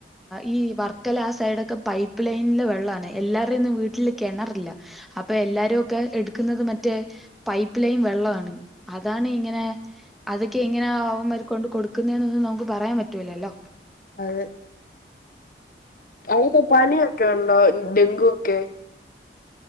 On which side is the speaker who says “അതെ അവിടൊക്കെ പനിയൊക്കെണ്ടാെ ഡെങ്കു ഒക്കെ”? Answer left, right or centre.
Left